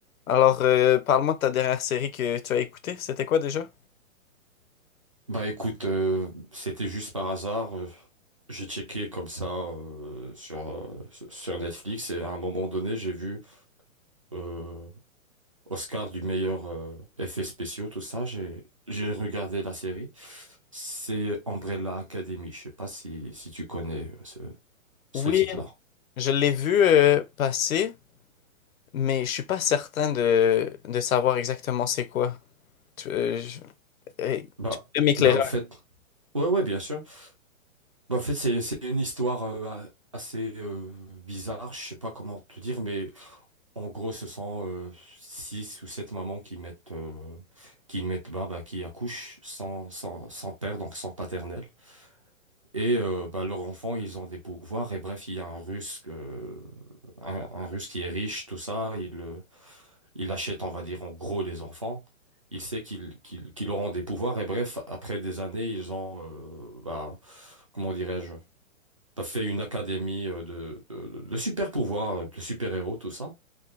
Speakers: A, on the left (about 75°); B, on the right (about 25°).
A: Alors, euh, parle-moi de ta dernière série que tu as écoutée. C'était quoi déjà?
B: Bah écoute, euh, c'était juste par hasard. euh, j'ai checké comme ça euh, sur, euh, sur sur Netflix et à un moment donné, j'ai vu euh, Oscar du meilleur euh, effet spéciaux, tout ça. J'ai, j'ai regardé la série. C'est Umbrella Academy. Je sais pas si, si tu connais euh, ce,
A: Oui,
B: ce titre-là.
A: Je l'ai vu euh, passer, mais je suis pas certain de, de savoir exactement c'est quoi. Tu, euh, je- euh,
B: Bah,
A: tu peux m'éclairer?
B: bah au fait, ouais, ouais, bien sûr. Bah, en fait, c'est, c'est une histoire euh, a- assez euh, bizarre. Je sais pas comment te dire, mais. En gros, ce sont euh, six ou sept mamans qui mettent, euh, qui mettent bah, bah, qui accouchent sans, sans, sans père, donc sans paternel. Et euh, bah, leurs enfants, ils ont des pouvoirs. Et bref, il y a un Russe, euh, un, un Russe qui est riche, tout ça. Il, euh, il achète, on va dire, en gros, les enfants. Il sait qu'ils qu'ils, qu'ils auront des pouvoirs. Et bref, après des années, ils ont, euh, bah, comment dirais-je, bah, fait une académie euh, de, de, de super pouvoirs, de super-héros, tout ça.